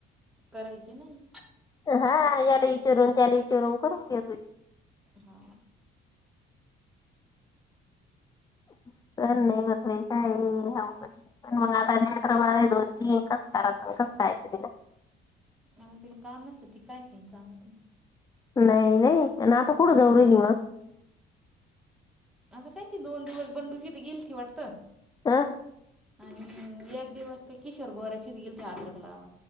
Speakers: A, in the centre; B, on the left.
A: करायचे नाही
B: हा याला विचोरून त्याला वि चोरून करून घेत होती
A: हा
B: <unintelligible> सर नाही मत काय ह पण मग आताक्रमा आहे दोन तीन कस करायचं य तला
A: <inaudible>
B: नाही नाही आणि आता कडं दरल मग.
A: आता कायती दोन दिवस बंडूकीथ गेल ती वाटत.
B: हह.
A: आणि एक दिवस त्या कि शर्भवराची येईलत्रक लावा.